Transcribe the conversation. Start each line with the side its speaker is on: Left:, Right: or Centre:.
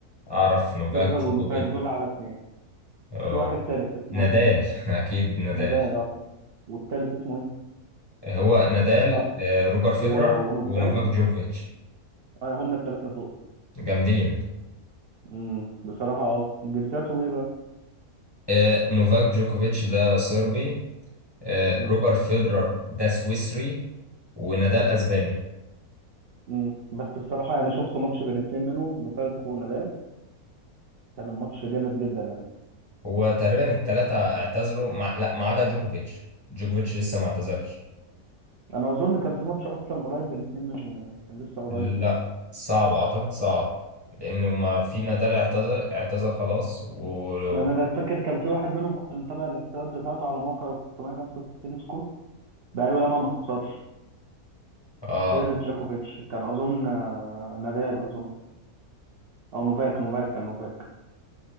Left: اعرف نوفاك
Right: فيدرال ونوفاك
Left: جوكوفيتش
Right: دول على اتنين
Left: آه،
Right: في واحد تالت اسمه
Left: نادال
Right: ايه؟
Left: <laughs> اكيد نادال
Right: نادال اه والتالت اسمه ايه؟
Left: هو نادال
Right: اه
Left: آه، روجر فيدرر
Right: و... ونوفاك
Left: ونوفاك جوكوفيتش
Right: اه هم التلاتة دول
Left: جامدين
Right: امم بصراحة اه جنسياتهم ايه بقى؟
Left: آه، نوفاك جوكوفيتش ده صربي آه،
Right: امم
Left: روجر فيدرر ده سويسري ونادال اسباني
Right: امم بس بصراحة يعني شفت ماتش بين اتنين منهم نوفاك ونادال كان الماتش جامد جدا يعني
Left: هو تقريبا الثلاثة اعتذروا مع... لا ما عدا جوكوفيتش جوكوفيتش لسه ما اعتزلش
Right: انا اظن كان في ماتش اصلا قريب بين اتنين منهم يعني كان لسه قريب
Left: لا صعب اعتقد صعب لان ما في نادال اعتذر اعتذر خلاص و...
Right: يعني
Left: و...
Right: انا فاكر كان في واحد منهم كنت متابع الاحصائيات بتاعته على موقع 365 سكور بقاله ياما ما خسرش
Left: اه
Right: غير جاكوفيتش كان اظن آه، نادال اظن او نوفاك نوفاك كان نوفاك